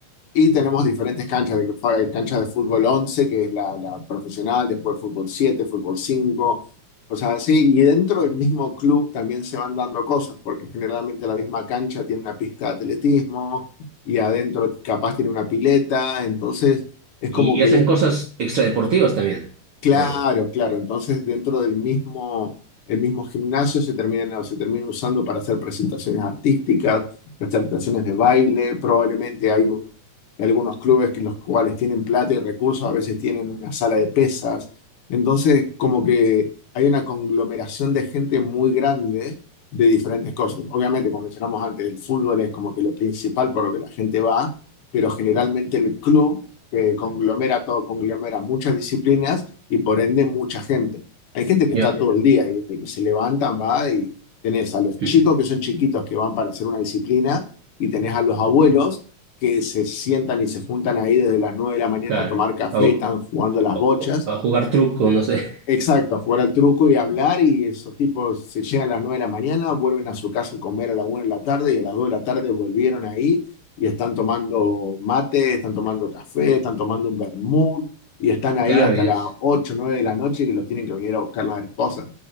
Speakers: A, on the left (about 60°); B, on the right (about 55°).
A: y tenemos diferentes canchas, de, fa- cancha de fútbol 11 que es la, la profesional, después fútbol 7 fútbol 5, cosas así. Y dentro del mismo club también se van dando cosas, porque generalmente la misma cancha tiene una pista de atletismo y adentro capaz tiene una pileta. Entonces es
B: Y,
A: como que
B: y hacen
A: el
B: cosas extradeportivas también.
A: Claro,
B: Mm.
A: claro. Entonces, dentro del mismo, el mismo gimnasio se termina se termina usando para hacer presentaciones artísticas, presentaciones de baile. Probablemente hay un- algunos clubes que los cuales tienen plata y recursos, a veces tienen una sala de pesas. Entonces, como que hay una conglomeración de gente muy grande de diferentes cosas. Obviamente, como mencionamos antes, el fútbol es como que lo principal por lo que la gente va, pero generalmente el club eh, conglomera todo, conglomera muchas disciplinas y por ende mucha gente. Hay gente que está
B: Ya,
A: todo el día y desde que se levantan va y tenés a los chicos
B: Mm. <laughs>
A: que son chiquitos que van para hacer una disciplina y tenés a los abuelos que se sientan y se juntan ahí desde las nueve de la mañana
B: claro.
A: a tomar café,
B: O-
A: están jugando las
B: o-
A: bochas
B: o- a jugar truco, no sé.
A: Exacto,
B: <laughs>
A: a jugar al truco y hablar y esos tipos se llegan a las 9 de la mañana, vuelven a su casa a comer a la una de la tarde y a las 2 de la tarde volvieron ahí y están tomando mate, están tomando café, están tomando un vermut y están ahí
B: Claro,
A: hasta
B: y
A: las
B: es.
A: 8 9 de la noche y los tienen que venir a buscar las esposas